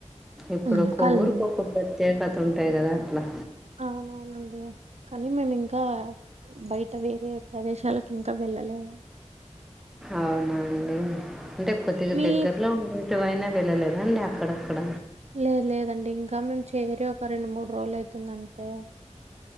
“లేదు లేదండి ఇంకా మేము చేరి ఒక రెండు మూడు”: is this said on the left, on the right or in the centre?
Right